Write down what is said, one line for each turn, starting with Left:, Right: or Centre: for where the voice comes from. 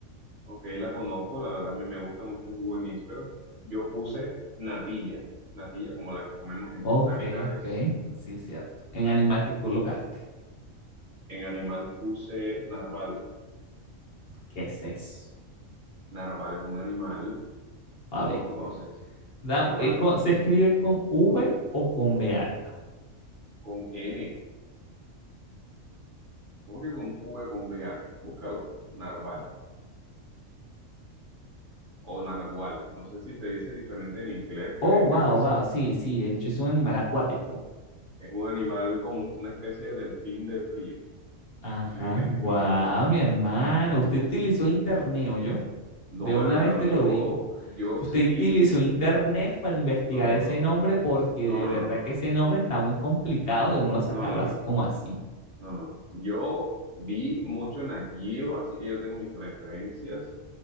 Right: Ok, la conozco, la verdad me, me gusta mucho el jugo de níspero. Yo puse natilla, natilla como la que comemos en
Left: Ok,
Right: Navidades.
Left: ok, sí, cierto. En animal que colocaste.
Right: En animal puse narval.
Left: ¿Qué es eso?
Right: Narval es un animal.
Left: A ver.
Right: ¿No lo conoces?
Left: Da-
Right: Narval
Left: eh, con-
Right: es
Left: ¿se escribe con V o con B alta?
Right: con N. ¿Cómo que con V con B alta? Búscalo. Narval o nargual. No sé si se dice diferente en inglés, creería
Left: Oh, wow,
Right: que sí.
Left: wow, sí, sí, de hecho es un animal acuático.
Right: Es un animal como un- una especie de delfín de frío.
Left: Ajá,
Right: Vive en el
Left: guau,
Right: frío.
Left: mi hermano. Usted utilizó internet, yo
Right: No,
Left: De una
Right: hermano,
Left: vez te
Right: yo,
Left: lo digo.
Right: yo
Left: Usted
Right: sí vi.
Left: utilizó internet para investigar
Right: No, no,
Left: ese nombre porque
Right: no,
Left: de
Right: no,
Left: verdad
Right: no.
Left: que ese nombre está muy complicado de uno sacarlo
Right: No, no, no,
Left: así
Right: no,
Left: como
Right: no,
Left: así.
Right: no, no, no, no, no. no. Yo vi mucho Nat Geo, así que yo tengo mis referencias